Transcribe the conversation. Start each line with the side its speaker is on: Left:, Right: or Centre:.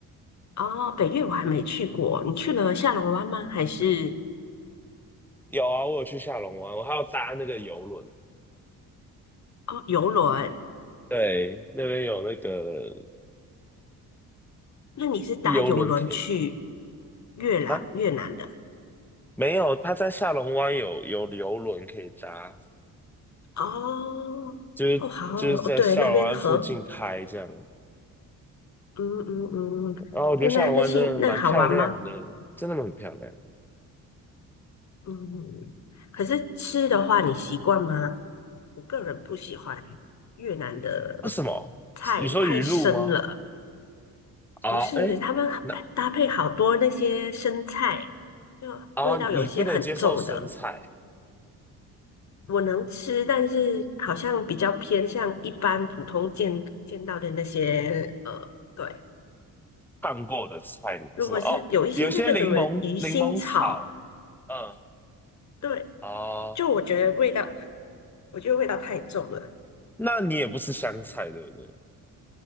Left: 哦，北越我还没去过。你去了下龙湾吗？还是
Centre: 有啊，我有去下龙湾，我还要搭那个游轮，
Left: 哦游轮？
Centre: 对，那边有那个
Left: 那你是搭游轮去
Centre: 游轮可以
Left: 越南越南的？
Centre: 搭啊，没有，他在下龙湾有有游轮可以搭，
Left: 哦哦，
Centre: 就是就是在下龙湾附近开这样，
Left: 好哦，对，那边河，嗯嗯嗯，
Centre: 然后我觉得下龙湾真的蛮漂亮的，
Left: 那那那性那好玩吗？
Centre: 真的很漂亮。
Left: 嗯，可是吃的话你习惯吗？我个人不喜欢越南的
Centre: 为什么？
Left: 菜，
Centre: 你说鱼露吗？
Left: 太深了。
Centre: 啊，
Left: 不是，
Centre: 哎，
Left: 他们搭配好多那些生菜，
Centre: 那
Left: 就味道有些很重的，
Centre: 啊，你不能接受生菜。
Left: 我能吃，但是好像比较偏向一般普通见见到的那些呃，对。
Centre: 烫过的菜是吗？
Left: 如果是有一些那个什么鱼腥草，
Centre: 哦，有些柠檬柠檬草，嗯，
Left: 对，
Centre: 哦，
Left: 就我觉得味道，我觉得味道太重了。
Centre: 那你也不吃香菜对不对？